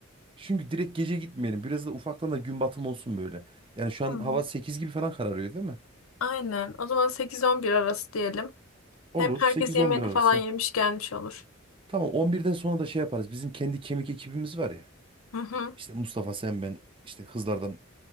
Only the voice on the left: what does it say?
Hı.
Aynen. O zaman sekiz on bir arası diyelim.
Hem herkes
yemeğini
falan yemiş gelmiş olur.
Hı hı.